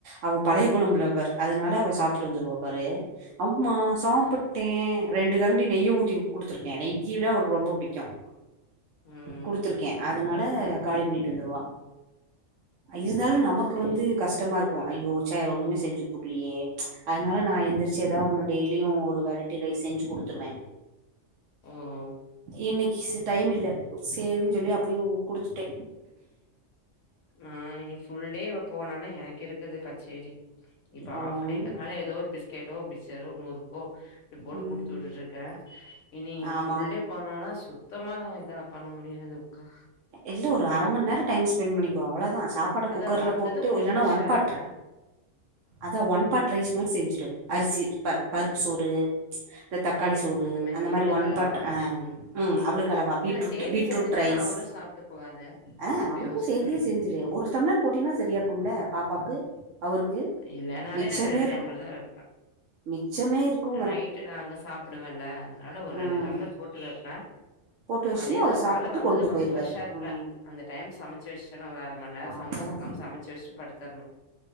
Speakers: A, on the right; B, on the left.
A: அவ பழைய கொழம்பு லவ்வர் அதனால அவ சாப் ட்டு வந்துருவா பாரு மா சாப்புட்டேன்
B: ஆ
A: ரெண்டு கரண்டி நெய்ய ஊத்தி குடுத்துருக்கேன் நெய்யிவிட அவ்ளுக்கு ரொம்ப புடிக்கும்
B: ம்
A: குடுத்துருக்கேன்
B: ம்
A: அத் அதனால காலி பண்ணிட்டு வந்துருவா இருந்தாலும் நமக்கு
B: சேர்
A: வந்து கஷ்டமா இருக்கும் ஐயோச்சா ஒண்ணமே செஞ்சு குடுக்கலையே அதனால நா எந்திரிச்சு ஏதாவ ஒன்னு டெய்லியும் ஒரு வெரைட்டி ரை செஞ்சு குடுத்துருவே
B: ஓ ஓ
A: இனக் டைம் இல்ல சேரின்னு சொல்லி அப்ப அப்படிய கொடுத்துடே
B: ஆஹ் இனி புல் டே போனானா எனக்கு இருக்குது கச்சேரி இப்ப
A: அவ
B: ஹாஃப்
A: ஒன்னு
B: டேனால ஏதோ ஒரு பிஸ்கெட்டோ பி்சரோ முறுக்கோ இப்ப போட்டு
A: ம்
B: குடுத்து விட்டு இருக்கே இனி
A: ஆமா
B: ஃபுல்
A: ஆமா
B: டே போனனா சுத்தமா இதா பண்ண முடியாது உக்கா
A: இல்ல ஒரு அர ம நேரம் டைம் ஸ்பெண்ட் பண்ணிக்க அவ்வளோதா சாப்பாடு
B: அதா
A: குக்கர்ல
B: வந்தது
A: போட்டு
B: கொஞ்சோ
A: இல்லைன்னா
B: ஃப்ரெஷ்ஷா
A: ஒன் பாட்
B: இருப்பே
A: அத ஒன் பாட் ரைஸ் மாதிரி செஞ்சுட்டு அரிசி ப பருப்பு சோறு இந்த தக்காளி சோறு
B: மாரி
A: அந்த மாதிரி
B: இவளுக்கு
A: ஒன்
B: அளவா
A: பட்
B: ம்
A: ம் அவ்வளுக்கு அளவா பீட்ரூட்
B: இல்ல சேத்தி
A: பீட்ரூட்
B: செஞ்சுட்டேன்னா
A: ரைஸ்
B: அவரு சாப்ட்டுக்குவாரு
A: அஹ்
B: அப்டி
A: அவருக்கும்
B: யோசிக்கிறே
A: சேத்தியே செஞ்சுரு ஒரு ஸ்டம்ளர் போட்டீனா சரியா இருக்கும்ல பாப்பாக்கு அவருக்கு
B: இல்லனாலே
A: மிச்சமே
B: நாங்க ரெண்டு
A: இருக்கு
B: டம்ளர் தா வப்பே
A: மிச்சமே இருக்குங்கறே
B: நைட்டு நாங்க சாப்புடுவேன்ல அதனால ஒரு
A: ம்
B: ரெண்டு டம்ளர் போட்டு வப்பே
A: போட்டு வச்சுன்னா
B: அதேதா
A: அவரு சாப்புட்டு
B: காலைல வந்தது
A: கொண்டு
B: கொஞ்சோ
A: போயிருவாரு
B: ஃப்ரெஷ்ஷா இருப்பே
A: ம்
B: அந்த டைம் சமைச்சு வச் என்ன ஒரு அர மணி நேர சங்கட
A: அவ்வளதா
B: பாக்க சமைச்சு வச்சட்டு படுத்தறணு